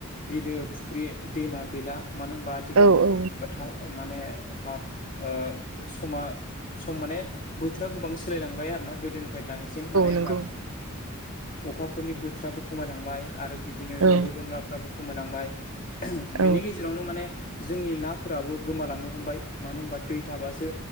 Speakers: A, on the left (about 40°); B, on the right (about 80°).
A: बिलो, फुख्रि, दैमा गैला मानो होनबा आथिखालनि
B: औ नंगौ औ औ
A: फोथार माने मा ओ समा सम माने बोथोरा गोबां सोलायलांबाय आरोना गोदोनिफ्राय दानिसिम मानोे होनबा
B: नंगौ
A: ओ अखाफोरनि बोथोराबो खमायलांबाय आरो बिदिनो
B: औ
A: दंग'-दंलाफ्राबो खमायलांबाय।
B: औ
A: बेनि गेजे रावनो माने जोंनि नाफोराबो गोमालांनो हमबाय। मानो होमबा दै थाबासो